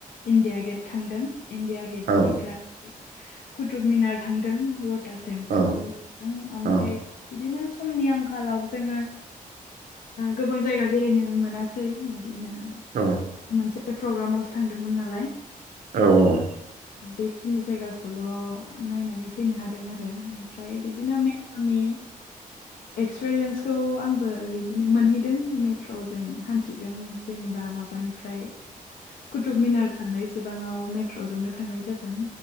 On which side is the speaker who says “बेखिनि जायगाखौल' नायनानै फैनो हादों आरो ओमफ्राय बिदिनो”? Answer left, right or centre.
Left